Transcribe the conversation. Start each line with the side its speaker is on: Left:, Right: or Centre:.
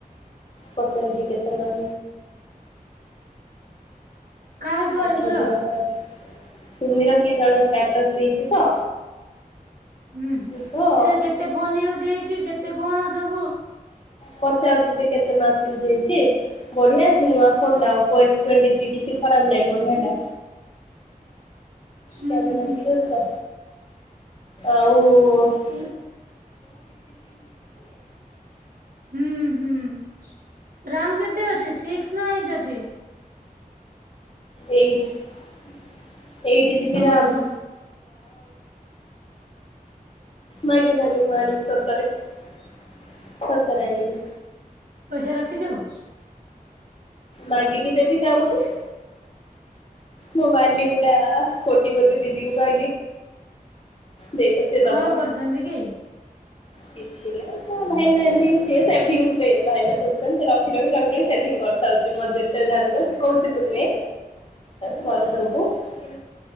Left: ପଚାରିବି କେତେ ମ
Right: କାହାଠୁ
Left: ଆଠ
Right: ଆଣିବୁ
Left: ହଜାର
Right: ଲୋ?
Left: ପାଞ୍ଚ ସୁମିର। କି ଜଣେ ଷ୍ଟାଟସ୍ ଦେଇଛି ତ
Right: ହୁଁ ହୁଁ
Left: ତ
Right: ସେଟା କେତେ ଫୋନ ୟୁଜ ହେଇଛି କେତେ କଣ ସବୁ।
Left: ପଚାରୁଛି ସେ କେତେ ମାସ ୟଜ ହେଇଛି ବଢିଆ ଅଛି ନୂଆ ଫୋନ ଟା ଓପ ଅଫ ଟିନ୍ତି ଥ୍ରୀ କି ଖରାପ ନାହିଁ ବଢିଆ ଟା।
Right: ହୁଁ
Left: କ୍ୟାମେ
Right: ହୁଁ।
Left: ଠ ଅଛି ତ ଆଉ <inaudible>
Right: ହୁଁ <inaudible> ରାମ କେତେ ଅଛି ସିକ୍ସ ନା ଏଇଟ ଅଛି।
Left: Eight. Eight G B
Right: ଓହୋ।
Left: RAM. ମାଗେ ମାଗେ ମୁଁ ଆଣିିବ ସତରେ ସତରେ ଆଣିିବି।
Right: କସ ରଖ ଦେଖଛୁ।
Left: ମାଗିକି ଦେବି ତା ଗୋଟେ ମୋବାଇଲି ଗୁଡା କଟିିବତ ଦିଦିକୁଗ ଦେଇ ତ ସେ ଦବ
Right: କଣ କରୁଛନ୍ତି କି?
Left: କିଛି ନା ହଁ ଭାଇନା ଏମତି ସି ସେ ଭାଇ ଦଉଛନ୍ତି ରଖି ରଖି ରଖ ରଖ ସେ କରିଥାଉଛି ମୋର ଯେତେ ଯାହା ସେ କହୁଛି ତୁ ନେ। ମନେ ଦବୁ ସେ